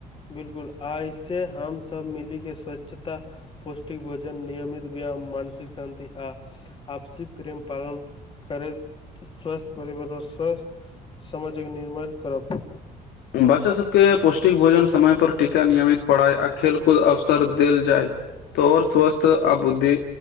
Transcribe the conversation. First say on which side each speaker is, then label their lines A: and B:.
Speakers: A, on the left (about 30°); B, on the left (about 80°).
A: बिलकुल आइे हमसब मिली के स्वच्छता पौष्टिक भोजन नियमित व्यायाम मानसिक शान्ति आ आपसी प्रेम पालन करैत स्व परवार स्व समाजक निर्माण करब
B: बच्चा सबके पौष्टिक भोजन समय पर टीका नियमित पढ़ाइ आ खेल कूद अवसर देल जाय तऽ ओर स्वस्थ्य आ बुद्धि